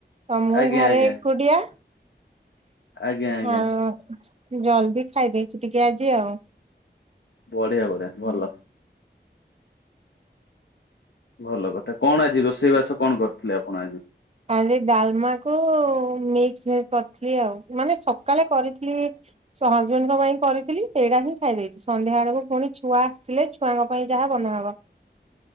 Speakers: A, on the right; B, on the left.
A: ତ ମୁଁ
B: ଆଜ୍ଞା
A: ଘରେ
B: ଆଜ୍ଞା
A: ଏକୁଟିଆ
B: ଆଜ୍ଞା ଆଜ୍ଞା
A: ଆଉ ଜଲଦି ଖାଇଦେଇଛି ଟିକେ ଆଜି ଆଉ।
B: ବଢିଆ ବଢିଆ ଭଲ। ଭଲ କଥା। କଣ ଆଜି ରୋଷେଇବାସ କଣ କରିଥିଲେ ଆପଣ ଆଜି?
A: ଆଜି ଡାଲମାକୁ ମିକ୍ସଭେଜ୍ କରିଥିଲି ଆଉ ମାନେ ସକାଳେ କରିଥିଲି। ହଜବେଣ୍ଡଙ୍କ ପାଇଁ କରିଥିଲି ସେଇଟା ହିଁ ଖାଇ ଦେଇଛି। ସନ୍ଧ୍ୟା ବେଳକୁ ପୁଣି ଛୁଆ ଆସିଲେ ଛୁଆଙ୍କ ପାଇଁ ଯାହା ବନା ହବ।